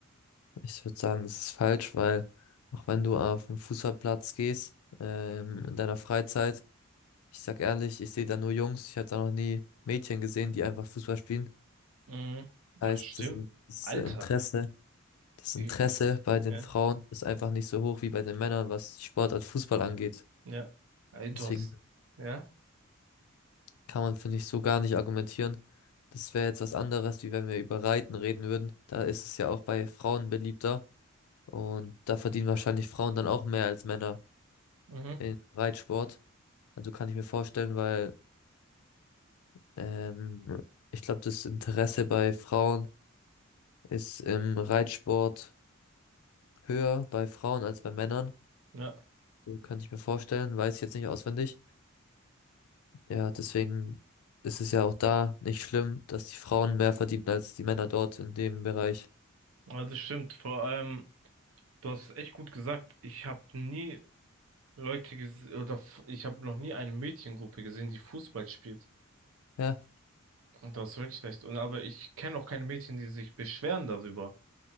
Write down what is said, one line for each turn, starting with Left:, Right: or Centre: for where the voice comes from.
Left: Ich würde sagen, das ist falsch, weil auch wenn du auf den Fußballplatz gehst, ähm, in deiner Freizeit, ich sag ehrlich, ich sehe da nur Jungs. Ich habe da noch nie Mädchen gesehen, die einfach Fußball spielen.
Right: Mhm. Das
Left: Das heißt,
Right: stimmt.
Left: das In- das
Right: Alter.
Left: Interesse. Das
Right: Ich,
Left: Interesse bei den
Right: ja.
Left: Frauen ist einfach nicht so hoch wie bei den Männern, was die Sportart Fußball angeht.
Right: Ja. Ey,
Left: Deswegen
Right: Du hast. Ja.
Left: kann man, finde ich, so gar nicht argumentieren. Das wäre jetzt was anderes, wie wenn wir über Reiten reden würden. Da ist es ja auch bei Frauen beliebter. Und da verdienen wahrscheinlich Frauen dann auch mehr als Männer
Right: Mhm.
Left: im Reitsport. Also kann ich mir vorstellen, weil ähm, ich glaube, das Interesse bei Frauen ist im Reitsport höher bei Frauen als bei Männern.
Right: Ja.
Left: So könnte ich mir vorstellen, weiß ich jetzt nicht auswendig. Ja, deswegen ist es ja auch da nicht schlimm, dass die Frauen mehr verdienen als die Männer dort in dem Bereich.
Right: Also stimmt. Vor allem, du hast echt gut gesagt. Ich habe nie Leute ges- oder f- ich habe noch nie eine Mädchengruppe gesehen, die Fußball spielt.
Left: Ja,
Right: Und das ist wirklich schlecht. Und aber ich kenne auch keine Mädchen, die sich beschweren darüber.